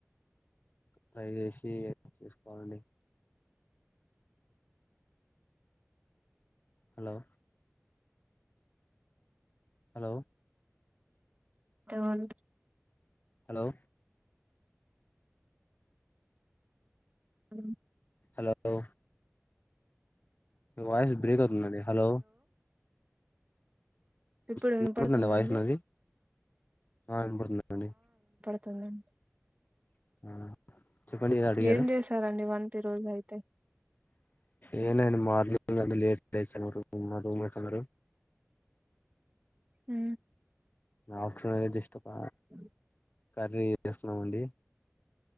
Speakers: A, on the left; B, on the right.
A: ట్రై చేేసి చేసుకోవాలండి హలో హలో
B: <inaudible>
A: హలో
B: ఆ
A: హలో మీ వాయిస్ బ్రేక్ ఆవు తుది అండి హలో
B: ఇప్పుడు
A: వినపడుతుందండి
B: వినపడుతుందా
A: వాయిస్
B: అండి
A: నాది ఆ వినపడుతుందండి
B: తుది అండి
A: ఆ చెప్పండి ఏదో అడిగారు
B: ఏం చేశారండి వంట ఈరోజు అయితే
A: ఏం లేదు అండి మార్నింగ్అంత లేట్ గా లేశాంరు మా రూమ్మేట్స్ అందరూ
B: హు
A: నా ఆప్షన్ఏదో జస్ట్ ఒక
B: <inaudible>
A: కర్రీ చేసున్నామండి